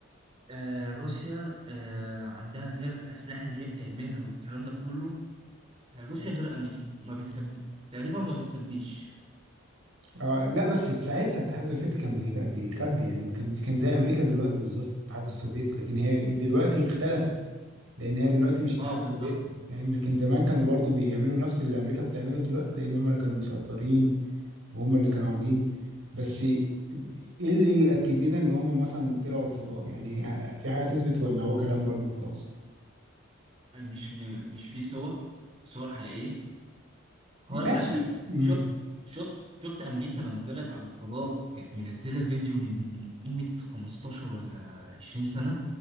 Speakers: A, on the right (about 30°); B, on the right (about 85°).
A: آه روسيا آه عندها غير الاسلحه اللي هي بتعملها والكلام ده كله آه روسيا غير امريكا ما بتخبي تقريبا ما بتخبيش
B: آه لا بس ساعتها الاتحاد السوفيتي كان بيغ- بيخبي يعني ما كان كان زي امريكا دلوقتي بالظبط الاتحاد السوفيتي لكن هي دلوقتي اختلفت لان هي دلوقتي مش الاتحاد
A: اه
B: السوفيتي
A: بالظبط
B: فاهم لكن زمان كانوا برضو بيعملوا نفس اللي امريكا بتعمله دلوقتي لان هم اللي كانوا مسيطرين وهم اللي كانوا عاملين بس ايه اللي ياكد لنا ان هم مثلا طلعوا الفضاء يعني ه- في حاجه تثبت ولا هو كلام برضو وخلاص
A: آه، مش م... مش في صور صور حقيقيه
B: ماشي
A: هقول لك على حاجة
B: امم
A: شفت شفت شفت أمريكا لما طلعت على الفضاء كانت منزلة فيديو من قيمة 15 ولا 20 سنة